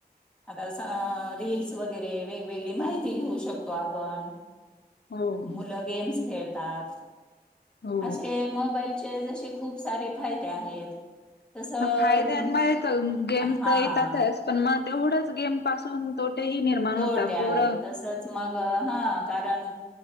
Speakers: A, in the centre; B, on the left.
A: आता रील्स वगैरे वेगवेगळी माहिती घेऊ शकतो आपण
B: हो
A: मुलं गेम्स खेळ तात
B: हो.
A: असे मोबाईलचे जसे खूप सारे फायदे आहेत तसं
B: हा फायद्यामुळे तर गेम
A: हा
B: तर येतातच पण मग तेवढंच गेम पासून तोटेही निर्माण
A: तोटे
B: होता पोरं
A: आहे तसच मग हा कारण